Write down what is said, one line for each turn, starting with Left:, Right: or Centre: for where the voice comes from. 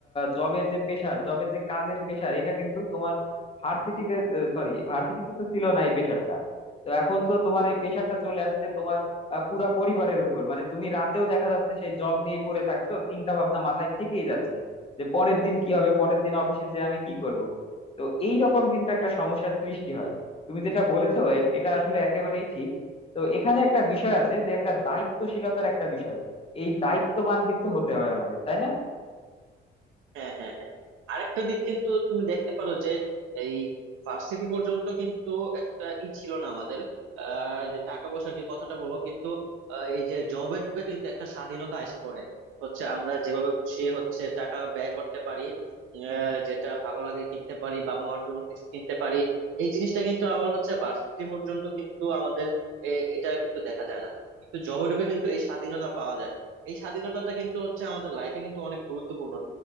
Left: জবের যে পেশার জবের যে কাজের পেশার এটা কিন্তু তোমার ভার্সিটিতে সরি ভার্সিটিতে তো ছিল না এই পেশারটা তো এখন তো তোমার এই পেশারটা চলে আসছে তোমার আহ, পুরা পরিবারের উপর মানে তুমি রাতেও দেখা যাচ্ছে সেই জব নিয়েই পড়ে থাকছো চিন্তা ভাবনা মাথায় থেকেই যাচ্ছে যে পরের দিন কি হবে পরের দিন অফিসে যে আমি কি করব তো এই রকম কিন্তু একটা সমস্যার সৃষ্টি হয় তুমি যেটা বলেছো এ- এটা আসলে একেবারেই ঠিক তো এখানে একটা বিষয় আছে যে একটা দায়িত্বশীলতার একটা বিষয় এই দায়িত্ববান কিন্তু হতে হবে আমাদের তাই না
Right: হ্যাঁ হ্যাঁ হ্যাঁ আরেকটা দিক কিন্তু তুমি দেখতে পারো যে এই ভার্সিটি পর্যন্ত কিন্তু একটা ই ছিল না আমাদের আহ, যে টাকা পয়সার যে কথাটা বলো কিন্তু আহ, এই যে জবে ঢুকে কিন্তু একটা স্বাধীনতা আইসা পড়ে হচ্ছে আমরা যেভাবে খুশি হচ্ছে টাকা ব্যয় করতে পারি আহ, যেটা ভালো লাগে কিনতে পারি বাবা মার জন্য কিছু কিনতে পারি এই জিনিসটা কিন্তু আবার হচ্ছে ভার্সিটি পর্যন্ত কিন্তু আমাদের এ- এটা কিন্তু দেখা যায় না কিন্তু জবে ঢুকে কিন্তু এই স্বাধীনতা পাওয়া যায় এই স্বাধীনতাটা কিন্তু হচ্ছে আমাদের লাইফে কিন্তু অনেক গুরুত্বপূর্ণ